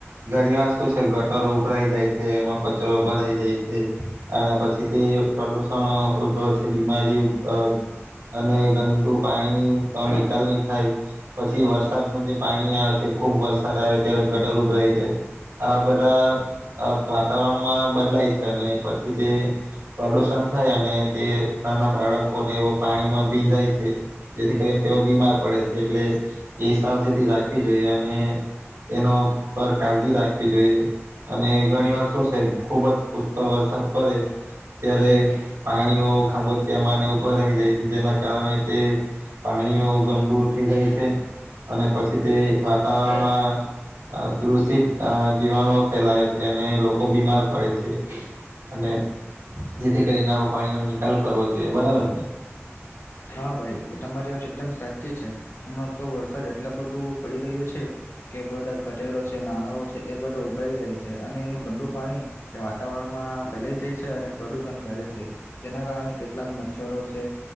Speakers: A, on the right; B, on the left.
A: ગરી વાર શું છે ગટરો ઉભરાઈ જાય છે એમાં કચરો ઉભરાઈ જાય છે અને પછી તે પ્રદૂષણ ઉદ્ભવ છે બીમારી અ અને ગંદુ પાણી નિકાલ ની થાય પછી વરસાદનું જે પાણી આવે છે ખુબ વરસાદ આવે ત્યારે ગટર ઉભરાઈ જાય આ બધા વાતાવરણમાં બદલાય છે અને પછી તે પ્રદુષણ થાય અને તે નાના બાળકોને એવો પાણીમાં ભીંજાય છે જેથી કરીને તેઓ બીમાર પડે છે એટલે એ સાવચેતી રાખવી જોઈએ અને એનો પર કાળજી રાખવી જોઈએ અને ઘણી વાર શું છે ખુબ જ પુષ્કળ વરસાદ પડે ત્યારે પાણીઓ ખાબોચિયામાં અને ઉભા રહી જાય છે જેના કારણે તે પાણીઓ ગંડુ ઉઠી જાય છે અને પછી તે વાતાવરણમાં અ દૂષિત અ જીવાણુઓ ફેલાવે છે અને લોકો બીમાર પડે છે અને જેથી કરી નાવું પાણીનો નિકાલ કરવો જોઈએ બરાબર ને
B: હા ભાઈ એ તમારી વાત એકદમ સાચી છે હમણા તો વરસાદ એટલા બધું પડી રહ્યો છે કે બધા ગટેરો છે નાણાંઓ છે એ બધા ઉભરાઈ જાય છે અને એનું ગંદુ પાણી તે વાતાવરણમાં ફેલાઈ જાય છે અને પ્રદુષણ કરે છે જેના કારણે કેટલાક મચ્છરો છે